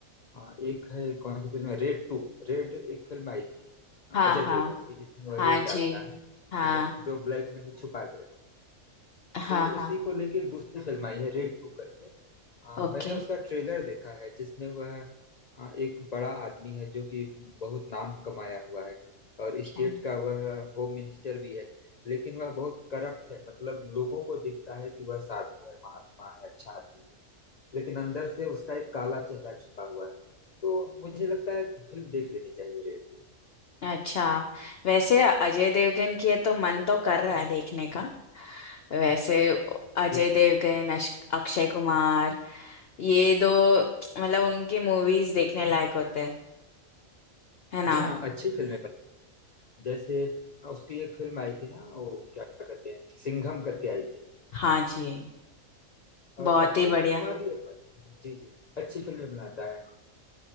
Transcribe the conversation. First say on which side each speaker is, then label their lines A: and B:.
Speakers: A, on the left; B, on the left.
A: हाँ, एक है कौन सी फिल्म है रेड टू रेड एक फिल्म आई थी
B: हाँ
A: अजय
B: हाँ
A: देवगन की जिसमें वो
B: हाँ
A: रेड
B: जी
A: डालता है
B: हाँ
A: मतलब जो ब्लैक मनी छुपा के रखती है
B: हाँ
A: तो
B: हाँ
A: उसी को लेके एक दूसरी फिल्म आई है रेड टू करके अ,
B: ओके
A: मैंने उसका ट्रेलर देखा है जिसमें वह अ, एक बड़ा आदमी है जो कि बहुत नाम कमाया हुआ है और स्टेट
B: हाँ
A: का वह होम मिनिस्टर भी है लेकिन वह बहुत करप्ट है मतलब लोगों को दिखता है कि वह साधु है महात्मा है अच्छा आदमी है लेकिन अंदर से उसका एक काला चेहरा छुपा हुआ है तो मुझे लगता है फिल्म देख लेनी चाहिए रेड
B: अच्छा वैसे अजय देवगन की है तो मन तो कर रहा है देखने का वैसे अजय
A: टू
B: देवगन अश- अक्षय कुमार ये दो मतलब उनकी मूवीज देखने लायक होते हैं है ना
A: जी हाँ अच्छी फिल्म है जैसे हाँ, उसकी एक फिल्म आई थी ना वो क्या कहते हैं सिंघम करके आई थी
B: हाँ जी बहुत
A: और अक्षय
B: ही बढ़िया
A: कुमार भी जी जी अच्छी फिल्में बनाता है